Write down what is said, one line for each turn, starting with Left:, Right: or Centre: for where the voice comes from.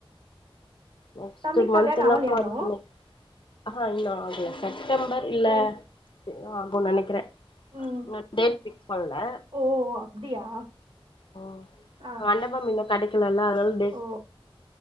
Left: நெக்ஸ்ட்
Right: தம்பிக்கு
Left: மந்த்ல
Right: கல்யாணோ ஆவலையா
Left: <unintelligible>
Right: இன்னு
Left: அஹ்ஹ இல்ல ஆகல செப்டம்பர் இல்ல
Right: ஓ
Left: இன்னு ஆகுனு நினைக்கிறேன்
Right: ம்
Left: இன்னு டேட் ஃபிக்ஸ் பண்ல
Right: ஓ ஓ அப்டியா
Left: ஓ
Right: ஆ
Left: உன்‌அண்ணப் கன்ஃபாம் இன்னு கிடைக்கலல்ல அதனால டேட்
Right: ஓ